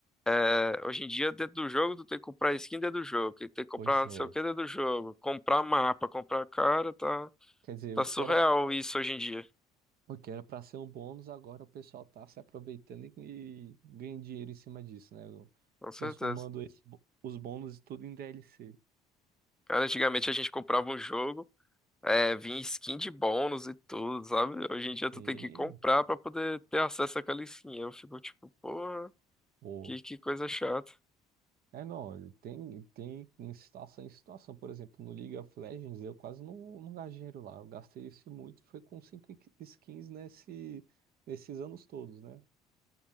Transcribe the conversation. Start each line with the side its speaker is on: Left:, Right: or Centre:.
Centre: é, hoje em dia, dentro do jogo, tu tem que comprar skin dentro do jogo, que tem que comprar
Right: Pois
Centre: não
Right: é.
Centre: sei o que dentro do jogo, comprar mapa, comprar cara, tá,
Right: Quer dizer,
Centre: tá
Right: o
Centre: surreal
Right: que era,
Centre: isso hoje em dia,
Right: o que era para ser um bônus, agora o pessoal tá se aproveitando e, e ganha dinheiro em cima disso, né? O-
Centre: com certeza.
Right: Transformando esse bo- os bônus tudo em DLC.
Centre: Cara, antigamente a gente comprava um jogo. É, vinha skin de bônus e tudo, sabe? Hoje em dia tu
Right: Sim,
Centre: tem que comprar pra poder ter acesso àquela skin. Eu fico tipo, porra,
Right: pô.
Centre: que, que coisa chata.
Right: É, não, tem, tem em situação em situação. Por exemplo, no League of Legends, eu quase não, não gastei dinheiro lá. Eu gastei isso muito, foi com cinco skins nesse, nesses anos todos, né?